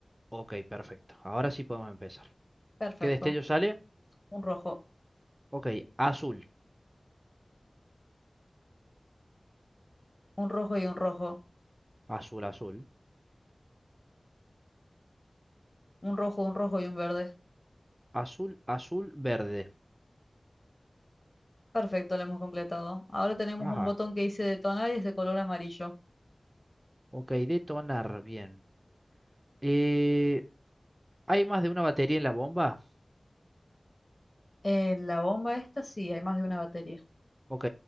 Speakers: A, on the right; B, on the left.
A: Ok, perfecto. Ahora sí podemos empezar.
B: Perfecto.
A: ¿Qué destello sale?
B: Un rojo,
A: Ok, azul.
B: un rojo y un rojo.
A: Azul, azul.
B: Un rojo, un rojo y un verde.
A: Azul, azul, verde.
B: Perfecto, lo hemos completado. Ahora tenemos
A: Ajá.
B: un botón que dice detonar y es de color amarillo.
A: Ok, detonar. Bien. Eh, ¿hay más de una batería en la bomba?
B: En la bomba esta sí, hay más de una batería.
A: Ok,